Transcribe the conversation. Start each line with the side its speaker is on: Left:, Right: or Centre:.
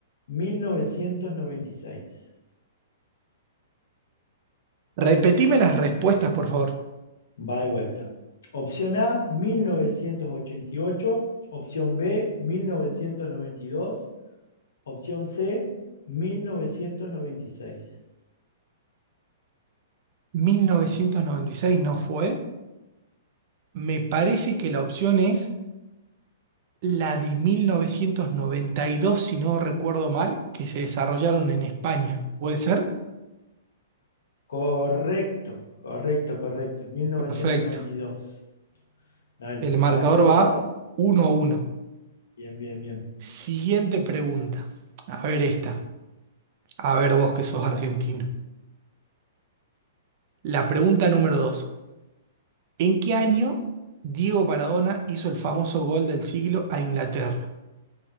Left: 1996.
Right: Repetime las respuestas, por favor.
Left: Va de vuelta. Opción A, 1988. Opción B, 1992. Opción C, 1996.
Right: Mil novecientos noventa y seis no fue. Me parece que la opción es la de 1992, si no recuerdo mal, que se desarrollaron en España. ¿Puede ser?
Left: Correcto, correcto, correcto. 1992.
Right: Perfecto.
Left: Dale,
Right: El marcador
Left: vamos empatados.
Right: va uno a uno.
Left: Bien, bien, bien.
Right: Siguiente pregunta. A ver
Left: Dale.
Right: esta. A ver vos que sos argentino. La pregunta número dos. ¿En qué año Diego Maradona hizo el famoso gol del siglo a Inglaterra?